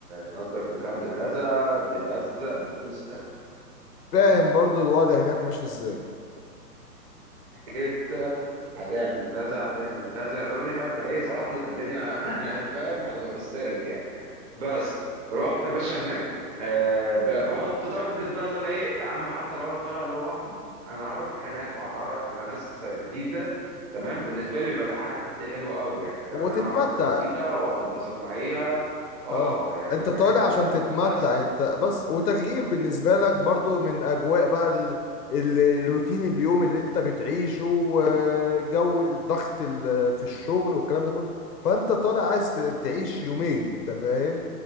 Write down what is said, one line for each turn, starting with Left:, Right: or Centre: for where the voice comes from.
Right: تأجر في كامب كذا، بكذا، بفلوس
Left: فاهم برضو الوضع هناك ماشي ازاي
Right: كده، هتعمل كذا، هتعمل كذا، اعذرني فاهم، فإيه سوح لي فالدنيا <laughs> فاهم، هتبقى في السالك يعني. بس، رُحت يا باشا هناك آآ، ب باحط target بقى اللي أنا إيه، يا عم حتى لو أنا طالع لوحدي، أنا هاروح هناك وهاتعرّف على ناس جديدة، تمام، بالنسبة لي بيبقى تحدي حلو أوي يعني، فاهم،
Left: وتتمتع
Right: إن أنا أعرف ناس جديدة وأنبسط معاها، آه،
Left: اه
Right: يعني
Left: انت
Right: باحب
Left: طالع
Right: كده
Left: عشان
Right: أوي،
Left: تتمتع
Right: بس.
Left: انت بس وتغيير بالنسبة لك برضو من اجواء بقى ال... ال- الروتين اليوم
Right: إمم،
Left: اللي انت بتعيشه وجو الضغط ال- في الشغل والكلام ده كله فانت طالع عايز ت- تعيش
Right: إمم،
Left: يومين انت فاهم